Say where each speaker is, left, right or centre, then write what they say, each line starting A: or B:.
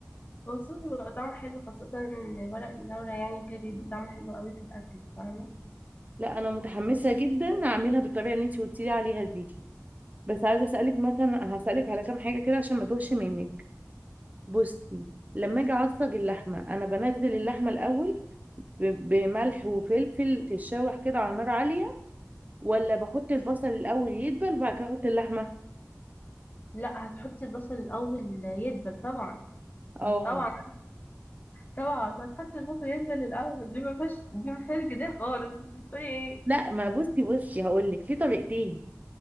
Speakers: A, on the left; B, on the right.
A: هو الصوص بيبقى طعمه حلو خاصة ان ورق اللورة يعني كده بيدي طعم حلو قوي في الأكل فاهمة
B: لا انا متحمسة جدا اعملها بالطريقة اللي انت قلتي لي عليها دي بس عايزة اسألك مثلا هسألك على كام حاجة كده عشان ما توهش منك بصي لما اجي اعصج اللحمة انا بنزل اللحمة الاول ب- بملح وفلفل تتشوح كده على نار عالية ولا بحط البصل الاول يدبل وبعد كده احط اللحمة
A: لا هتحطي البصل الاول يدبل طبعا
B: اه
A: آه، طبعا طبعا هتحطي البصل يدبل الاول دي ما فيهاش دي ما فيهاش جدال خالص انت بتقولي ايه
B: لا ما بصي بصي هقول لك في طريقتين